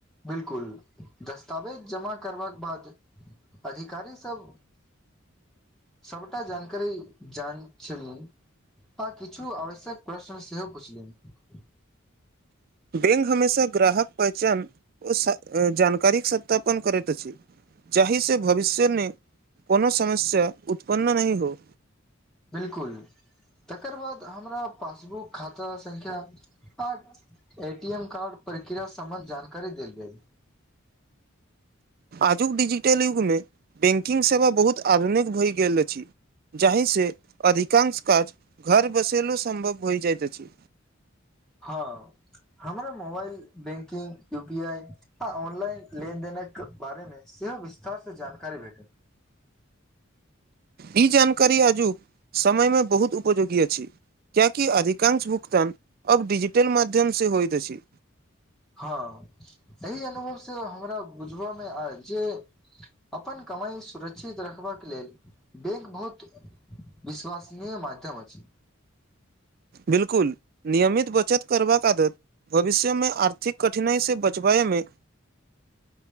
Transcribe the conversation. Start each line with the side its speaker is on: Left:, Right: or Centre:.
Centre: बिल्कुल दस्तावेज जमा करबाक बाद अधिकारी सब सभटा जानकारी जान छलनि हँ किछु आवश्यक प्रश्न सेहो पुछलनि
Right: बेंक हमेशा ग्राहक पहचान ओ जानकारीक सत्यापन करैत अछि जाहि से भविष्यमे कोनो समस्या उत्पन्न नहि हो
Centre: बिल्कुल तकर बाद हमरा पासबुक खाता संख्या आर एटी एम कार्ड प्रक्रिया सम्बन्ध जानकारी देल जाइ
Right: आजुक डिजिटल युगमे बैंकिंग सेवा बहुत आधुनिक भए गेल अछि जाहि से अधिकांश काज घर बैसलो सम्भव हो जाइत अछि
Centre: हँ हमरा mobile banking U P I आ ऑनलाइन लेनदेनक बारेमे सेहो विस्तारसँ जानकारी भेटल
Right: ई जानकारी आजुक समयमे बहुत उपयोगी अछि क्यूकि अधिकांश भुगतान अब डिजिटल माध्यम से होइत अछि
Centre: हँ एहि अनुभव से हमरा बुझबामे आयल जे अपन कमाई सुरक्षित रखबाक लेल बैंक बहुत विश्वासनीय माध्यम अछि
Right: बिलकुल नियमित बचत करबाक आदत भविष्य मे आर्थिक कठिनाई से बचबाए मे